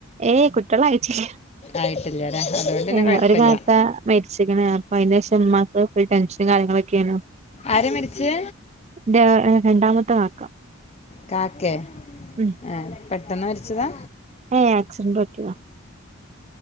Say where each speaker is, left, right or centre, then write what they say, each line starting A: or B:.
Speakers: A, on the right (about 30°); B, on the left (about 30°).
A: ഏയ് കുട്ട്യേളായിട്ടില്ല
B: ആയിട്ടില്ല അല്ലേ അതുകൊണ്ട് പിന്നെ
A: ഏ
B: കുഴപ്പമില്ല
A: ഒരു കാക്ക മരിച്ചിരിക്ക്ണ് അപ്പൊ അയിൻ്റെ ശേഷം ഇമ്മാക്ക് ഫുൽ ടെൻഷൻ കാര്യങ്ങളൊക്കെ ക്കേനു‌‍
B: ആരാ മരിച്ചേ
A: ൻ്റെ അ് രണ്ടാമത്തെ കാക്ക
B: കാക്കെ
A: ഉം
B: എ പെട്ടെന്ന് മരിച്ചതാ
A: ഏ ആക്സിഡന്റ് പറ്റ്യതാ